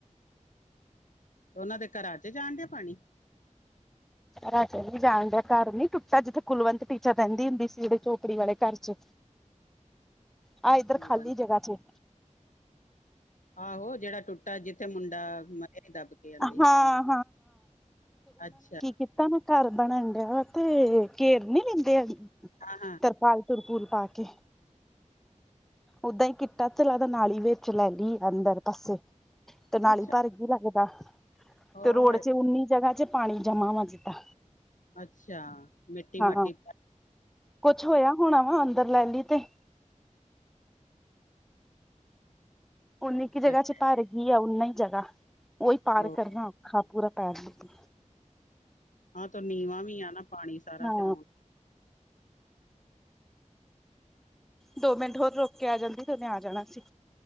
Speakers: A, on the left; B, in the centre.
A: ਤੇ ਉਹਨਾਂ ਦੇ ਘਰਾਂ 'ਚ ਜਾਣ ਡਿਆ ਪਾਣੀ।
B: ਰਾਜਾ ਜਾਣ ਦੀਆ। ਘਰ ਨੀ ਟੁੱਟਾ। ਜਿੱਥੇ ਕੁਲਵੰਤ ਟੀਚਾ ਰਹਿੰਦੀ ਹੁੰਦੀ ਸੀ। ਜਿਹੇਝੋਪੜ ਵਾਲੇ ਘਰ '। ਆਹ, ਇੱਧਰ
A: ਗਲੂਬੰਦ।
B: ਖਾਲੀ ਜਗ੍ਹਾ ਚ
A: ਆਹੋ, ਜਿਹੜਾ ਟੁੱਟ ਤਾਂ ਜਿੱਥੇ ਮੁੰਡਾ ਮਰੇ, ਦੱਬ ਕੇ ਆਂਦੇ
B: ਹਾਂ
A: ਕੰ ਅੱਛਾ।
B: ਕਿਤਾ ਨਾ, ਘਰ ਬਣਨ ਡਿਆ ਵਾ ਤੇ ਘੇਰ ਨੀ ਲੈਂਦੇ।
A: ਹਾਂ ਹਾਂ
B: ਤਰਪਾਲ-ਤਰਪੂਲ ਪਾ ਕੇ। ਓਦਾਂ ਹੀ ਕਿੱਟਾ ਚਲਾ ਦਾ, ਨਾਲੀ ਵਿੱਚ ਲੈ ਲਈ ਅੰਦਰ ਪਾਸੇ।
A: ਹਾਂ
B: ਤੇ ਨਾਲੀ
A: ਅੱਛਾ
B: ਭਰ ਗਈ ਲੱਗਦਾ, ਤੇ
A: ਉਹ
B: ਰੋਡ ਚ ਉਨੀ ਜਗ੍ਹਾ ਚ ਪਾਣੀ ਜਮਾ ਹੋ ਦਿੱਤਾ।
A: ਅੱਛਾ। ਮਿੱਟੀ
B: ਹਾਂ।
A: ਮਾਟੀ
B: ਕੁਛ ਹੋਇਆ ਹੁਣਾ। ਵਾ ਅੰਦਰ ਲੈ ਲਈ ਤੇ। ਉਨੀ ਇੱਕ ਜਗ੍ਹਾ
A: ਅੱਛਾ
B: ਚ ਭਰ ਗਿਆ ਓਨਾ ਹੀ ਜਗ੍ਹਾ ਉਹੀ ਪਾਰ
A: ਉਹ
B: ਕਰਨਾ ਔਖਾ। ਪੂਰਾ ਪੈਰ ਲ।
A: ਹਾਂ। ਤੇ ਨੀਵਾਂ ਵੀ ਆ ਨਾ। ਪਾਣੀ ਸਾਰਾ
B: ਹਾਂ
A: ਫਿਰ ਆਉਣ।
B: ਦੋ ਮਿੰਟ ਹੋਰ ਰੋਕ ਕੇ ਆ ਜਾਂਦੀ ਤੇ। ਫਿਰ ਮੈਂ ਆ ਜਾਣਾ ਸੀ।